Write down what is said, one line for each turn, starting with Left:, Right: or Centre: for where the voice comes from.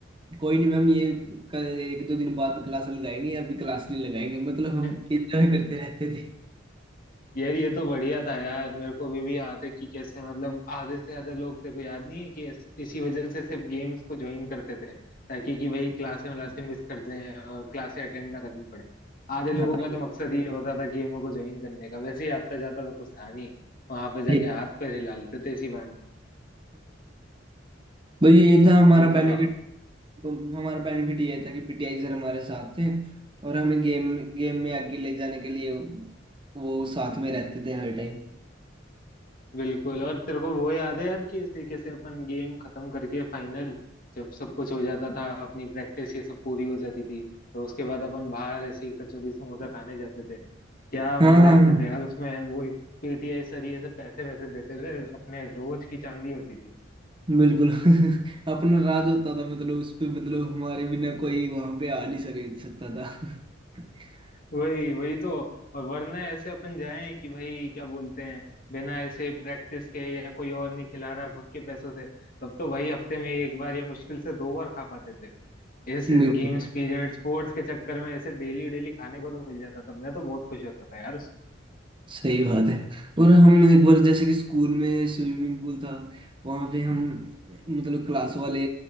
Right: कोई नहीं मैम ये कल एक दो दिन बाद क्लास लगाएंगे अभी क्लास नहीं लगाएंगे मतलब हम
Left: है
Right: इंजॉय करते रहते थे
Left: यार ये तो बढ़िया था यार मेरे को अभी भी याद है कि कैसे मतलब आधे से ज्यादा लोग तेरे को याद नहीं है कि इस- इसी वजह से सिर्फ गेम्स को ज्वाइन करते थे ताकि कि वही क्लासें वलासें मिस कर जाएं और क्लासें अटेंड ना करनी पड़े आधे लोगों
Right: हाँ
Left: का तो मकसद ही होता था गेमों को ज्वाइन करने का वैसे ही आता जाता तो कुछ था नहीं वहां पे जाके
Right: <laughs> जी।
Left: हाथ पैर हिला लेते थे इसी बहाने
Right: भाई ये था हमारा
Left: ये तो
Right: बेनिफिट
Left: था
Right: तो हमारा बेनिफिट ये था कि पीटीआई सर हमारे साथ थे और हमें गेम गेम में आगे ले जाने के लिए वो साथ में रहते थे हर टाइम
Left: बिल्कुल और तेरे को वो याद है यार कि इस तरीके से अपन गेम खत्म करके फाइनल जब सब कुछ हो जाता था अपनी प्रैक्टिस ये सब पूरी हो जाती थी तो उसके बाद अपन बाहर ऐसे ही कचौरी समोसा खाने जाते थे क्या
Right: हाँ
Left: मजे
Right: हाँ, हाँ,
Left: आते थे यार उसमें वो पीटीआई सर ये सब पैसे वैसे देते थे अपने रोज की चांदी होती थी
Right: बिल्कुल <laughs> अपना राज होता था मतलब उस पे मतलब हमारे बिना कोई वहां पे आ नहीं सके सकता था <laughs>
Left: वही वही तो और वरना ऐसे अपन जाएं कि भाई क्या बोलते हैं बिना ऐसे प्रैक्टिस के या कोई और नहीं खिला रहा खुद के पैसों से तब तो भाई हफ्ते में एक बार या मुश्किल से दो बार खा पाते थे इस
Right: बिल्कुल
Left: गेम्स पीरियड स्पोर्ट्स के चक्कर में ऐसे डेली डेली खाने को तो मिल जाता था मैं तो बहुत खुश होता था यार उसमें
Right: सही बात है और हम एक बार जैसे कि स्कूल में स्विमिंग पूल था वहां पे हम मतलब क्लास वाले